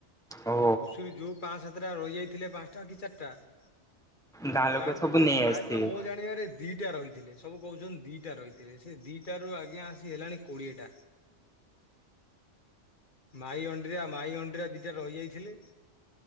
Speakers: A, in the centre; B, on the left.
A: ଓ
B: ଘୁଷୁରୀ ଯୋଉ ପାଆଁ ସାତଟା ରହି ଯାଇଥିଲେ ପାଞ୍ଚଟା କି ଚାରିଟା ।
A: ଗାଁ ଲୋକ
B: ପ୍ରାୟତଃ
A: ସବୁ ନେଇ
B: ପ୍ରାୟତଃ
A: ଆସିଥିବେ।
B: ମୋ ଜାଣିବାରେ ଦିଟା ରହିଥିଲେ ସବୁ । କହୁଛନ୍ତି ଦିଟା ରହିିଥିବେ। ସେ ଦିଟା ରୁ ଆଜ୍ଞା ଆସି ହେଲାଣି କୋଡିଏଟା। ମାଇ ଅଣ୍ଡିରା ମାଇ ଅଣ୍ଡିରା ଦିଟା ରହି ଯାଇଥିଲେ